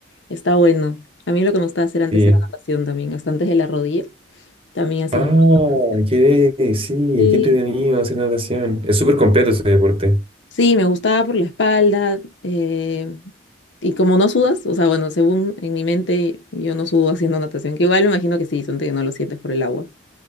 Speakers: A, on the left (about 70°); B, on the right (about 30°).
A: Está bueno. A mí lo que me gustaba hacer antes
B: Sí.
A: era natación también, hasta antes de la rodilla. También hacía
B: Ah,
A: mucha natación.
B: qué, sí,
A: Sí,
B: qué entretenido hacer natación. Es súper completo ese deporte.
A: sí, me gustaba por la espalda. eh, y como no sudas, o sea, bueno, según en mi mente, yo no sudo haciendo natación, que igual me imagino que sí, son que no lo sientes por el agua.